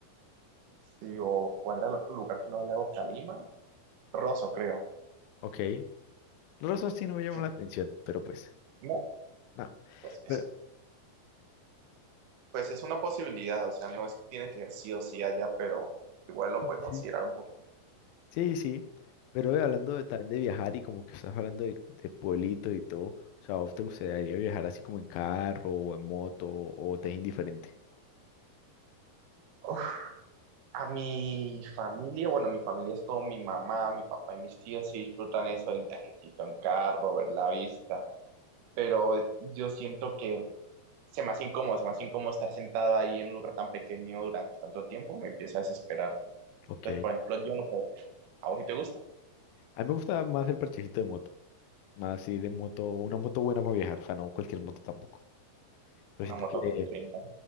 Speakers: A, on the right; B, on the left.
A: Sí, o cuál era el otro lugar que no era el lago Calima, Rosso, creo.
B: Ok. Los rostros sí no me llaman
A: Que,
B: la atención, pero pues,
A: no,
B: no.
A: pues
B: Pero,
A: Pues es una posibilidad, o sea, no es que tiene que ir sí o sí allá, pero igual lo
B: <laughs>
A: puede considerar un poquito.
B: Sí, sí, pero eh, hablando de, también de viajar y como que estás hablando de, de pueblito y todo, o sea, ¿a ¿vos te gustaría viajar así como en carro o en moto o te es indiferente?
A: Uf, a mi familia, bueno, mi familia es todo mi mamá, mi papá y mis tíos sí disfrutan eso del viajecito en carro, ver la vista, pero yo siento que se me hace incómodo, se me hace incómodo estar sentado ahí en un lugar tan pequeño durante tanto tiempo, me empieza a desesperar.
B: Ok.
A: Entonces, por ejemplo, yo no puedo, ¿a vos si te gusta?
B: A mí me gusta más el parchecito de moto, más ir en moto, una moto buena para viajar, o sea, no cualquier moto tampoco, pero
A: Una
B: siento
A: moto
B: que
A: que te rinda.